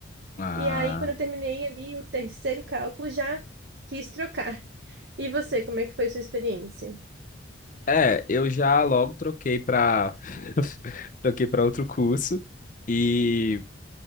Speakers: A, on the left; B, on the right.
A: Ah,
B: E aí, quando eu terminei ali o terceiro cálculo, já quis trocar. E você, como é que foi sua experiência?
A: é, eu já logo troquei para <laughs> troquei para outro curso e